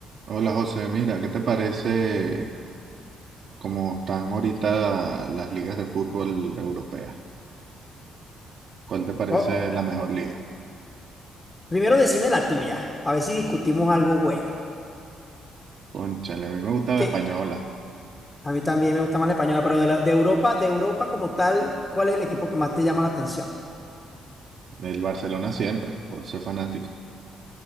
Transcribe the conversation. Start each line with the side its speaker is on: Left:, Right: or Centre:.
Right: Hola José, mira, ¿qué te parece cómo están ahorita las ligas de fútbol europeas? ¿Cuál te parece
Left: Co-
Right: la mejor liga?
Left: Primero decime la tuya, para ver si discutimos algo bueno.
Right: Cónchale, a mí me gusta la
Left: Que
Right: española,
Left: a mí también me gusta más la española, pero de, la- de Europa, de Europa como tal, ¿cuál es el equipo que más te llama la atención?
Right: el Barcelona siempre, por ser fanático.